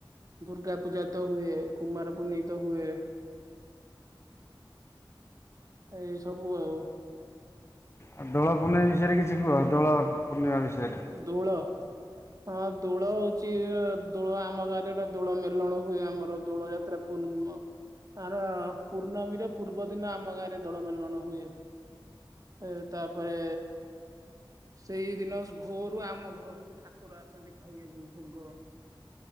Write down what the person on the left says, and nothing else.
ଆଉ ଦୋଳ ପୂର୍ଣ୍ଣିମା ବିଷୟରେ କିଛି କୁହ ଦୋଳ ପୂର୍ଣ୍ଣିମା ବିଷୟରେ?